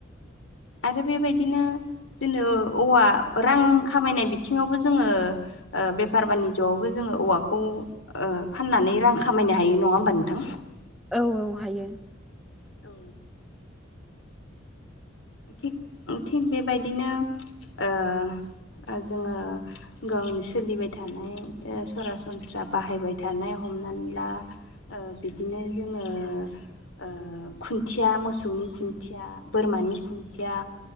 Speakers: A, on the left; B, in the centre.
A: आरो बेबायदिनो जेनो औवा रां खामायनाय बिथिङावबो जोङो ओ बेफार बानिज'आवबो जोङो औवाखौ ओ फाननानै रां खामायनो हायो। नंङा होमबा नोंथां?
B: औ औ हायो।
A: औ थिग थिग बेबायदिनो ओ ओ जोङो गावनि सोलिबाय थानाय ओ सरासनस्रा बाहायबाय थानाय हमनानै ला ओ बिदिनो जोङो ओ खुन्थिया मोसौनि खुन्थिया बोरमानि खुन्थिया